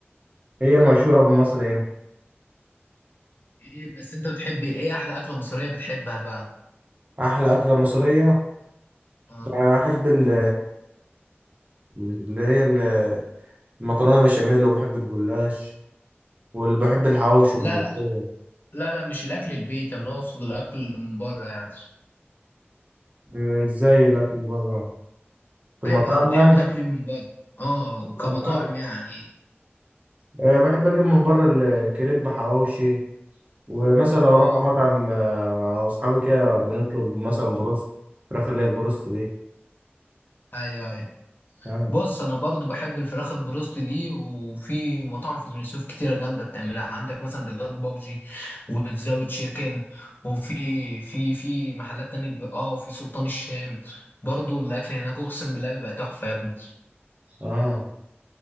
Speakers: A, on the right (about 35°); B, on the left (about 50°).
A: هي المشهورة بمصر هنا
B: إيه بس أنت بتحبي إيه إيه أحلى أكلة مصرية بتحبها بقى؟
A: أحلى أكلة مصرية
B: آه.
A: بحب ال- اللي هي ال- المكرونة بشاميل وبحب الجلاش وبحب الحواوشي والملوخية
B: لا لا لا لا مش الأكل البيت أنا أقصد الأكل اللي من بره يعني
A: إيه، زي الأكل بره في
B: أيوه
A: المطاعم
B: يعني بتحبي
A: يعني
B: تاكلي من بره أه
A: في
B: كمطاعم
A: المطاعم
B: يعني
A: إيه، بحب أجيب من بره الكريب حواوشي ومثلا لو
B: أه
A: رحنا مطعم آه، أصحابي كده بنطلب مثلا بروست فراخ اللي هي البروست دي
B: أيوه أيوه
A: أيوة.
B: بص انا برضو بحب الفراخ البروست دي وفي مطاعم في بني سويف كتيره جامده بتعملها عندك مثلا دجاج بابجي وتزاوي تشيكن وفي في في محلات تانية ب- اه وفي سلطان الشام برضو الاكل هناك اقسم بالله بيبقى تحفه يا ابني
A: اه